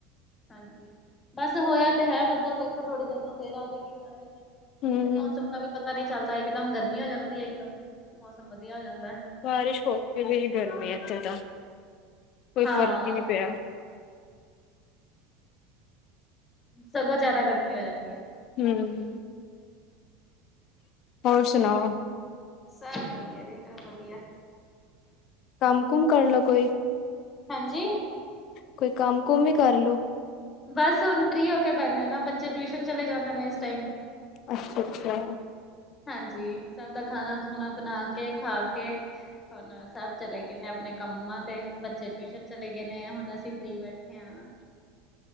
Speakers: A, on the left; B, on the left.
A: ਹਾਂਜੀ, ਬਸ ਹੋਇਆ ਤੇ ਹੈ ਬੱਦਲ ਦੇਖੋ, ਥੋੜੀ ਦੇਰ ਨੂੰ ਫੇਰ ਆ ਜੇਗੀ ਬਾਰਿਸ਼।
B: ਹੂੰ
A: ਮੌਸਮ ਦਾ ਵੀ ਪਤਾ ਨੀ ਚੱਲਦਾ, ਇੱਕ ਦਮ ਗਰਮੀ ਹੋ ਜਾਂਦੀ ਐ, ਇਕ ਦਮ ਮੌਸਮ ਵਧੀਆ ਹੋ ਜਾਂਦਾ।
B: ਬਾਰਿਸ਼ ਹੋ ਕੇ ਵੀ ਗਰਮੀ ਇਥੇ ਤਾਂ, ਕੋਈ
A: ਹਾਂ
B: ਫ਼ਰਕ ਹੀ ਨਹੀਂ ਪਿਆ।
A: ਸਗੋਂ ਜਿਆਦਾ ਗਰਮੀ ਹੋ ਜਾਂਦੀ ਐ।
B: ਹੂੰ, ਹੋਰ ਸੁਣਾਓ
A: ਸਭ ਵਧੀਆ ਜੀ, ਸਭ ਵਧੀਆ।
B: ਕੰਮ ਕੁੰਮ ਕਰ ਲੋ ਕੋਈ।
A: ਹਾਂਜੀ,
B: ਕੋਈ ਕੰਮ ਕੁੰਮ ਈ ਕਰਲੋ।
A: ਬਸ ਹੁਣ ਫ੍ਰਰੀ ਹੋ ਕੇ ਬਹਿਨੇ ਆ ਨਾ, ਬੱਚੇ ਟਿਊਸ਼ਨ ਚਲੇ ਜਾਂਦੇ ਨੇ ਇਸ ਟਾਈਮ।
B: ਅੱਛਾ- ਅੱਛਾ।
A: ਹਾਂਜੀ, ਸਭ ਦਾ ਖਾਣਾ ਖੁਣਾ ਬਣਾ ਕੇ, ਖਾ ਕੇ ਹੁਣ ਸਭ ਚਲੇ ਗੇ ਨੇ। ਆਪਣੇ ਕੰਮਾਂ ਤੇ, ਬੱਚੇ ਟਿਊਸ਼ਨ ਚਲੇ ਗਏ ਨੇ, ਹੁਣ ਅਸੀਂ ਫਰੀ ਬੈਠੇ ਆਂ।